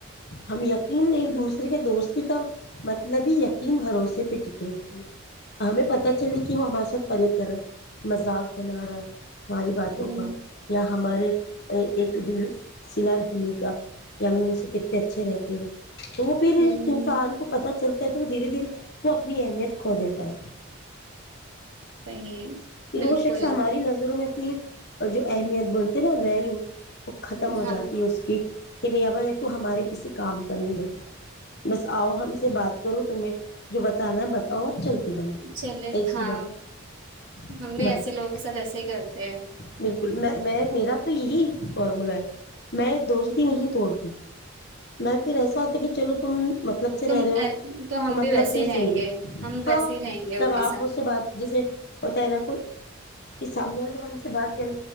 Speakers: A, on the left; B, on the right.
A: ہم یقین ایک دوسرے کے دوستی کا مطلب ہی یقین بھروسے پہ ٹٹیے ہوتی ہے ہمیں پت چل کہ وہ ہمارے ساتھ پریب کر رہا ہے مذاق بنا رہا ہے ہماری باتوں
B: ہے ہ
A: کا ہمارے ایک دل سلا رحمی کا کہ ہم ان سے کتنے اچھے رہتے ہیں تو وہ پھر
B: ہ
A: انسان کو پتا چلتا تو دھیرے دھیرے وہ اپنی اہمیت کھو دیتا ہے
B: صحیح
A: پر
B: بالکل
A: وہ شخص ہماری نظروں میں اپنی جو اہمیت بولتے نا ویلو وہ ختم ہو
B: ہاں
A: جاتی ہے اس کی کہ نہیں بھائی تو ہمارے کسی کام کا نہیں رہے بس آؤ ہم سے بات کرو تمہیں جو بتانا ہے بتاؤ اور چلتا ب
B: چلے
A: ایسیی
B: ہاں
A: بات
B: ہم بھی
A: بس
B: ایسے لوگوں کے ساتھ ایسے ہی کرتے
A: بالکل میں میں میرا تو یہی فارمولا ہے میں دوستی
B: ہیں
A: نہیں توڑتی میں پھر ایسا ہوتا کہ چلو تم مطلب سے
B: تم
A: رہ رہے ہو
B: ہم
A: تو مطلب
B: بھی ویسے
A: سے ہی
B: رہیں
A: صحیح
B: گے
A: ہو
B: ہم ویسے
A: ہاں
B: ہی رہیں گے ان
A: جب
B: کے
A: آپ
B: ساتھ
A: مجھ سے بات جیسے ہوتا ہے نا کوئی پ سامنے والا جب ہم سے بات کریں